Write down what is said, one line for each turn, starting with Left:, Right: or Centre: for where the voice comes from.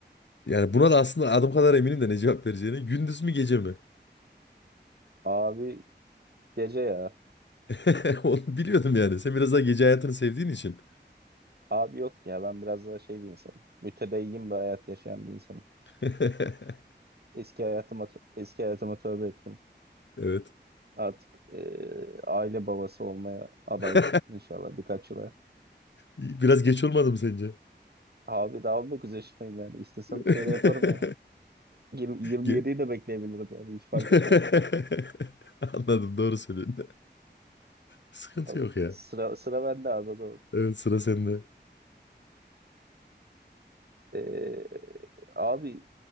Left: Yani buna da aslında adım kadar eminim de ne cevap vereceğine. Gündüz mü gece mi?
Right: Abi gece ya.
Left: <laughs> Onu biliyordum yani. Sen biraz daha gece hayatını sevdiğin için.
Right: Abi yok ya ben biraz daha şey bir insanım. Mütedeyyin bir hayat yaşayan bir insanım.
Left: <laughs>
Right: Eski hayatıma tö- eski hayatıma tövbe ettim.
Left: Evet.
Right: Artık eee, aile babası olmaya aday
Left: <laughs>
Right: inşallah birkaç yıla.
Left: Biraz geç olmadı mı sence?
Right: Abi daha 19 yaşındayım yani. İstesem
Left: <laughs>
Right: şeyle yaparım yani. 20, 27'yi
Left: Ge-
Right: de bekleyebilirim yani hiç fark
Left: <laughs>
Right: etmez.
Left: Anladım doğru söylüyorsun. Sıkıntı
Right: Al-
Left: yok ya.
Right: Sıra sıra bende abi o zaman.
Left: Evet sıra sende.
Right: Eee, abi